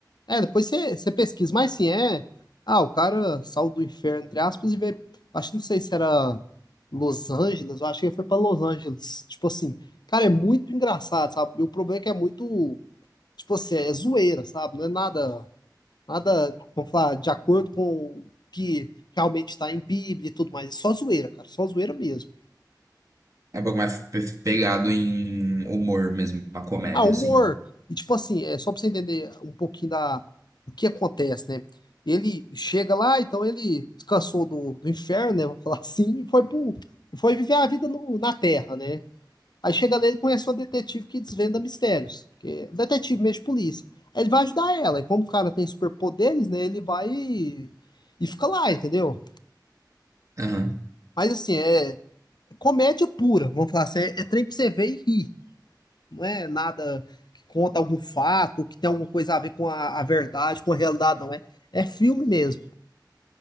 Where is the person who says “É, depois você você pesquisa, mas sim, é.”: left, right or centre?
Left